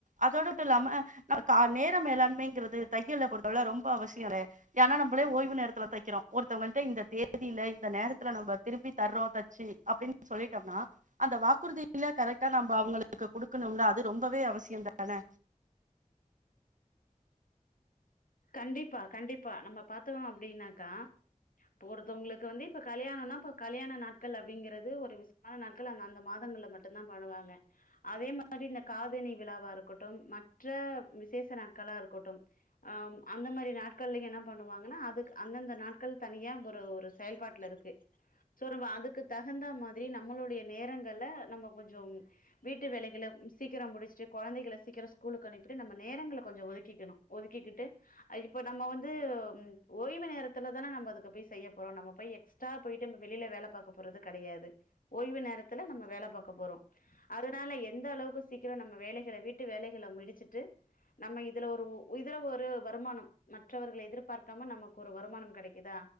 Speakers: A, on the right; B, on the left.
A: அதோடட்டு இல்லாம கா நேத் மேலாண்மைங்கிறது தையல்ல பொ <unintelligible> ரொம்ப அவசியம்ல நம்மள ஓய்வு நேரத்துல தெக்கிறோம் ஒருத்தவங்ககிட்ட இந்த தேதியில இந்த நேரத்துல நம்ப திருப்பி தர்றோம் சரி அப்படின்னு சொல்லிட்டோம்னா அந்த வாக்குறுதியில கரெக்டா நம்ம அவங்களுக்கு கொடுக்கணும்ல அது ரொம்பவே அவசியம் தானே
B: கண்டிப்பா கண்டிப்பா நம்ம பாத்தோம் அப்டின்னாக்க இப்ப ஒருத்தவங்களுக்கு வந்து இப்ப கல்யாணம்னா இப்ப கல்யாண நாட்கள் அப்படிங்கறது ஒரு விசமான நாட்கள் அந்த அந்த மாதங்கள்ல மட்டும்தான் பண்ணுவாங்க அதே மாதிரி இந்த காதனி விழாவா இருக்கட்டும் மற்ற விசேஷ நாட்களா இருக்கட்டும் ஆஹ் அந்த மாறி நாட்கள்ல என்ன பண்ணுவாங்கன்னா அதுக்கு அந்தந்த நாட்கள் தனியா ஒரு ஒரு செயல்பாட்ல இருக்கு ஸோ நம்ம அதுக்கு தகுந்த மாதிரி நம்மளுடைய நேரங்கள நம்ம கொஞ்சம் வீட்டு வேலைகளை சீக்கிரம் முடிச்சிட்டு குழந்தைகளை சீக்கிரம் ஸ்கூலுக்கு அனுப்பிட்டு நம்ம நேரங்கள கொஞ்சம் ஒதுக்கிக்கணும் ஒதுக்கிக்கிட்டு இப்ப நம்ம வந்து ம்ம் ஓய்வு நேரத்துல தானே நம்ம அதுக்கு போய் செய்ய போறோம் நம்ம போய் எக்ஸ்ட்ரா போயிட்டு நம்ம வெளியில வேல பாக்க போறது கெடையாது ஓய்வு நேரத்துல நம்ம வேலை பாக்க போறோம் அதனால எந்த அளவுக்கு சீக்கிரம் நம்ம வேலைகளை வீட்டு வேலைகளை முடிச்சுட்டு நம்ம இதுல ஒரு இதுல ஒரு வருமானம் மற்றவர்களை எதிர்பார்க்காம நமக்கு ஒரு வருமானம் கெடைக்குதா